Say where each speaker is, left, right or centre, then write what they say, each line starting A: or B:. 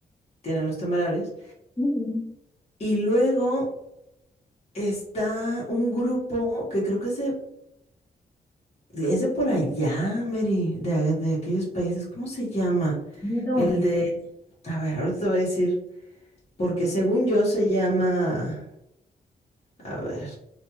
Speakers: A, on the left; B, on the left.
A: tienen los temerarios.
B: Ujú.
A: Y luego Está un grupo que creo que se, es de por allá, Mary, de, de aquellos países. ¿Cómo se llama?
B: ¿De dónde?
A: El de, a ver, ahorita te voy a decir, porque según yo se llama, a ver,